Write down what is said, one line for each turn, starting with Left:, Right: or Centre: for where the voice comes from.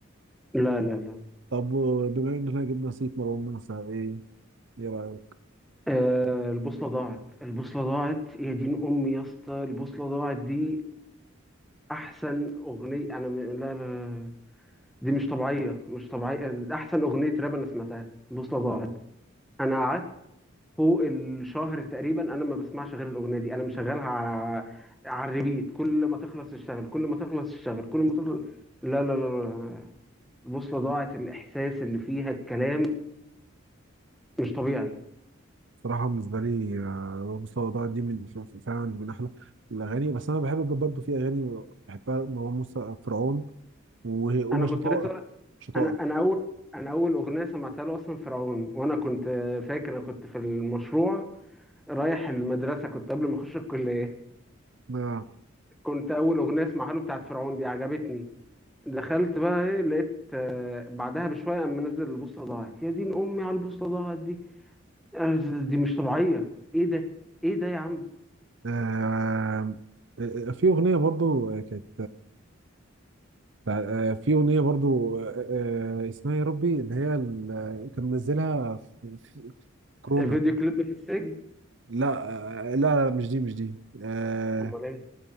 Centre: لا لا لا
Right: طب بما اننا جبنا سيرة مروان موسى ايه ايه رأيك؟
Centre: آه البوصلة ضاعت البوصلة ضاعت يا دين أمي يا اسطى البوصلة ضاعت دي أحسن أغنية أنا م... لا, لا لا، دي مش طبيعية مش طبيعية أحسن أغنية راب أنا سمعتها البوصلة ضاعت أنا قعدت فوق الشهر تقريبا أنا ما بسمعش غير الأغنية دي أنا مشغلها على على الريبيت كل ما تخلص اشتغل كل ما تخلص اشتغل كل ما تخلص لا لا لا لا البوصلة ضاعت الإحساس اللي فيها الكلام مش طبيعي
Right: صراحة بالنسبة لي آه، مستوى ضاع دي من فعلا دي من أحلى الأغاني بس أنا بحب برضه في أغاني بحبها مروان موسى فرعون وه- وشطائر
Centre: أنا كنت لسه
Right: شطائر
Centre: انا انا اول انا اول اغنيه سمعتها له اصلا فرعون وانا كنت فاكر انا كنت في المشروع رايح المدرسه كنت قبل ما اخش الكليه
Right: آه.
Centre: كنت اول اغنيه اسمعها له بتاعت فرعون دي عجبتني دخلت بقى ايه لقيت آه، بعدها بشويه قام منزل البوصله ضاعت يا دين امي على البوصله ضاعت دي آه، دي مش طبيعيه ايه ده ايه ده يا عم
Right: آه. آه، في أغنية برضو آه، كانت آه، آه، في أغنية برضو آه، آه، اسمها يا ربي اللي هي ال- آه، كان منزلها في في كورونا
Centre: فيديو كليب في السجن
Right: لا آه، لا لا مش دي مش دي آه،
Centre: امال ايه